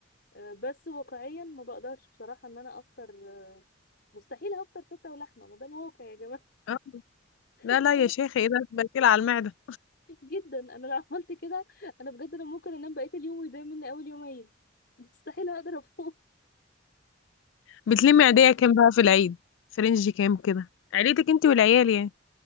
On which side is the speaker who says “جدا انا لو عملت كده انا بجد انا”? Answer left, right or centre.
Left